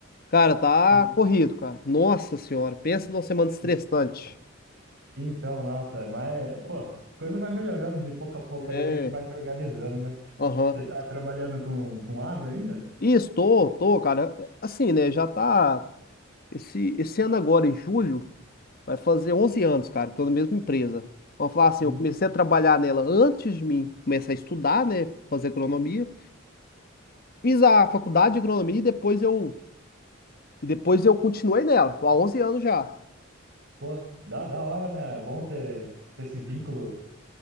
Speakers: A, on the left; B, on the right.
A: cara, tá
B: sim.
A: corrido, cara. Nossa senhora, pensa numa semana estressante.
B: Isso- Então, nossa, mas, pô, as coisas vai melhorando de pouco a pouco
A: É.
B: aí, a gente vai se organizando, né?
A: Aham.
B: Você tá trabalhando com, com agro ainda?
A: E estou, tô, cara, assim, né? Já tá. Esse, esse ano agora, em julho. Vai fazer 11 anos, cara, que tô na mesma empresa. Vamos falar assim,
B: Sim.
A: eu comecei a trabalhar nela antes de mim começar a estudar, né, fazer agronomia. Fiz a faculdade de agronomia e depois eu, e depois eu continuei nela. Tô há 11 anos já.
B: Pô, da, da hora, né? É bom ter, ter esse vínculo,